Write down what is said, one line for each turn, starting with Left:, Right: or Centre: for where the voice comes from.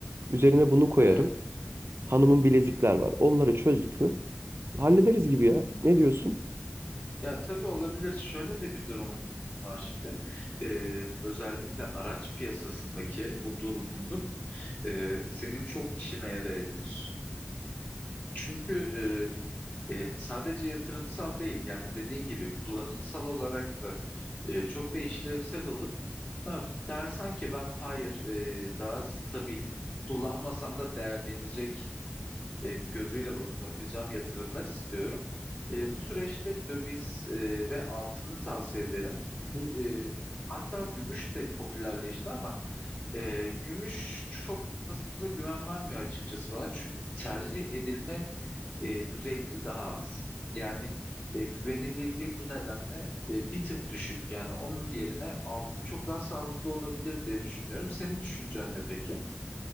Right: Üzerine bunu koyarım.
Left: e,
Right: Hanımın bilezikler var. Onları çözdük mü? Hallederiz
Left: Hı hı.
Right: gibi ya. Ne diyorsun?
Left: Ya tabii olabilir. Şöyle de bir durum var şimdi. Ee, özellikle araç piyasasındaki bu durgunluk e, senin çok işine yarayabilir. Çünkü e, e, sadece yatırımsal değil yani dediğin gibi kullanımsal olarak da e, çok da işlevsel olur. Ha, dersen ki ben hayır e, daha stabil kullanmasam da değerlenecek e, gözüyle bakacağım yatırımlar istiyorum. E, bu süreçte döviz e, ve altını tavsiye ederim. Bu, e, hatta gümüş de popülerleşti ama e, gümüş çok fazla güven vermiyor açıkçası bana. Çünkü tercih edilme e, düzeyleri daha az. Yani e, güvenilirliği bu nedenle e, bir tık düşük. Yani onun yerine altın çok daha sağlıklı olabilir diye düşünüyorum. Senin düşüncen ne peki?